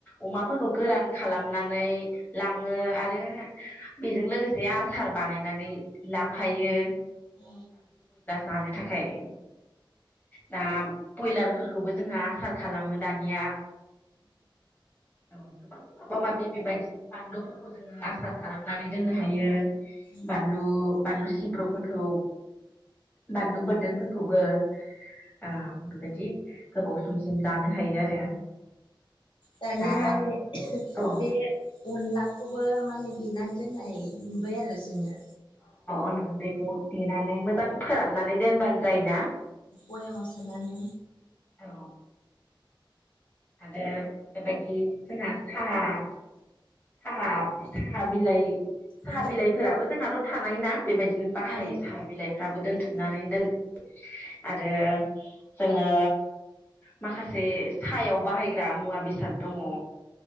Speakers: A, on the left; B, on the left.
A: अमाफोरखौ गोरान खालामनानै लाङो आरो बेजों लोगोसे बे आसार बानायनानै लाफायो।
B: औ।
A: लानो थाखाय। दा बयलारफोरखौबो जोंहा आसार खालामो दानिया। औ गोबां माबा माबि बेबायदिनो बानलुफोरखौ जोङो आसार खालामनानै दोननो हायो।
B: औ
A: बानलु, बानलु सिब्र' खौ। बान्लु बोर्दोन फोरखौबो आ बेबायदि गोबाव समसिम जानो हायो आरो।
B: दानिया
A: दा
B: माने
A: औ
B: बे अनलाखौबो माने देनानै दोननाय नुबाय आरो जोङो।
A: <unintelligible> देनानै मोजां फोराननानै दोनबानो जायोना।
B: बयामाव सोनानै
A: औ। आरो बेबायदि जोंहा साहा, साहा बिलाइ साहा
B: औ
A: बिलाइफोराबो जोंहाथ' थानाय ना? बेबायदिनो बाहायो
B: ओं ओं
A: साहा बिलाइफ्राबो दोनथुमनानै दोन आरो जोङो माखासे सायाव बाहायग्रा मुवा बेसाद दङ।
B: ओं।